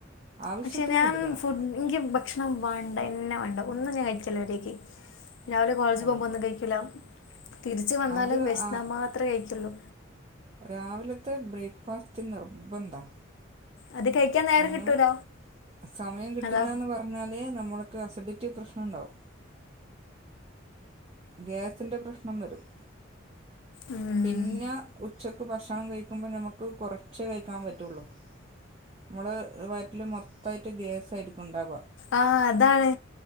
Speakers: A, on the right; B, on the left.
A: ആവശ്യത്തിന്
B: പക്ഷെ ഞാൻ
A: കുടിക്കണം
B: ഫുഡ് നിക്ക് ഭക്ഷണം വേണ്ടന്നെ വേണ്ട ഒന്നും ഞാൻ കഴിക്കില്ല മര്യാക്ക്, രാവിലെ കോളേജി
A: ഓ
B: പോകുമ്പോ ഒന്നും കഴിക്കില്ല തിരിച്ച് വന്നാലും
A: അത്
B: വെശന്നാ
A: ആ
B: മാത്രേ കഴിക്കുള്ളൂ.
A: രാവിലത്തെ ബ്രേക്ക്ഫാസ്റ്റ് നിർബന്ധാ.
B: അത് കഴിക്കാൻ നേരം
A: നിങ്ങള്
B: കിട്ടൂല
A: സമയം കിട്ടില്ലാന്ന്
B: അതാ
A: പറഞ്ഞാലേ നമ്മള് ക്ക് അസിഡിറ്റി പ്രശ്നമുണ്ടാവും. ഗ്യാസിന്റെ പ്രശ്നം വരും
B: ഉം.
A: പിന്നെ ഉച്ചക്ക് ഭക്ഷണം കഴിക്കുമ്പോൾ നമുക്ക് കുറച്ചേ കഴിക്കാൻ പറ്റുള്ളു. നമ്മള് വയ്റ്റില് മൊത്തായിട്ട് ഗ്യാസായിരിക്കും ഉണ്ടാവുക
B: ആഹ് അതാണ്